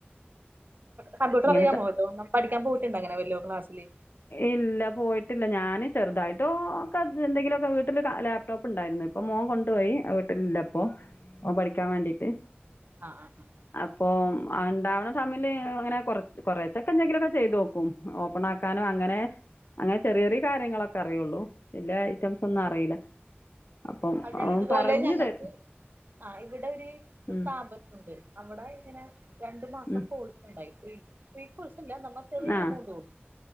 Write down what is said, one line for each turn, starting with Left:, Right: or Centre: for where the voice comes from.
Right: കമ്പ്യൂട്ടർ
Left: ഇങ്ങനെ
Right: അറിയാമോ
Left: സ
Right: വെല്ലോം പഠിക്കാൻ പോയിട്ടുണ്ടോ അങ്ങനെ വെല്ലോം ക്ലാസ്സില്.
Left: ഇല്ല പോയിട്ടില്ല ഞാന് ചെറുതായിട്ടോ ഒക്കെ എന്തെങ്കിലുമൊക്കെ വീട്ടില് ലാ. ലാപ്ടോപ്പ് ഉണ്ടായിരുന്നു ഇപ്പൊ മോൻ കൊണ്ടുപോയി വീട്ടിലില്ല ഇപ്പൊ മോൻ പഠിക്കാൻ വേണ്ടിട്ട്.
Right: ആ ആഹ് ആഹ്
Left: അപ്പൊ ഉണ്ടാവണ ടമ്മില് അങ്ങനെ കൊറ കൊറെശെക്കെ എന്തെങ്കിലുമൊക്കെ ചെയ്തു നോക്കും. ക്കും ഓപ്പൺ ആക്കാനോ അങ്ങനെ. അങ്ങനെ ചെറിയ ചെറിയ കാര്യങ്ങളൊക്കെ അറിയുള്ളു വലിയ ഐറ്റംസ് ഒന്നും അറിയില്ല. അപ്പം
Right: അ
Left: അവൻ
Right: ഇതുപോലെ
Left: പറഞ്ഞ്
Right: ഞങ്ങൾക്ക്
Left: തരും
Right: ആ ഇവിടെ ഒരു
Left: ഉം
Right: സ്ഥാപനമുണ്ട്. അവിടെ ഇങ്ങനെ രണ്ടു മാസത്തെ
Left: ഉം
Right: കോഴ്സ് ഉണ്ടായി ഫ്രീ കോഴ്‌സ് അല്ല. അപ്പം ചെറിയ ഒരു
Left: ആ
Right: എമൗണ്ട് ആവും.